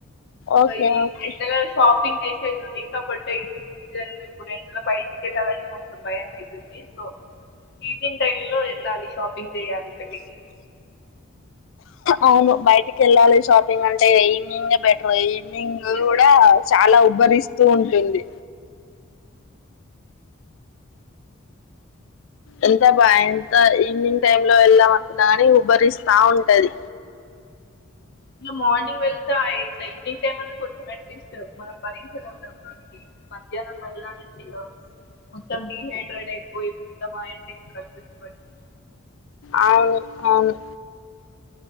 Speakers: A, on the left; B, on the left.
A: ఓకే
B: ఇ
A: ఓకే
B: ఎండలో షాపింగ్ చేసేది ఉంది కాబట్టి సిజన్ ఇప్పుడు ఎండలో బయటికి వెళ్ళాలంటే కొంచెం భయం ఐతుంది సో ఈవినింగ్ టైమ్ లో వెళ్ళాలి షాపింగ్ పెళ్లికి
A: అవును బయటికెళ్ళాలి షాపింగ్ అంటే ఈవినింగే బెటర్ ఈవ్ న్నింగ్
B: ఇగ
A: కూడా చాల ఉబ్బరిస్తూ ఉంటుంది. ఎంత బా ఎంత ఈవినింగ్ టైమ్లో వెళ్దాం అనుకున్నా కాని ఉబ్బరిస్తా ఉంటది
B: ఇక మార్నింగ్ వెళ్తా ఇట్ల ఈవినింగ్ టైమ్ అన్న కొడుతుంద ఎం భరిస్తాం మనం భరించగల్గుతాం కాని ఈ మధ్యాహ్నం మళ్లాంటే మొత్తం డీహైడ్రేట్ అయిపోయి మొత్తం ఆ ఎండకి కళ్ళు తిరిగి పడిపో
A: ఆవును అవును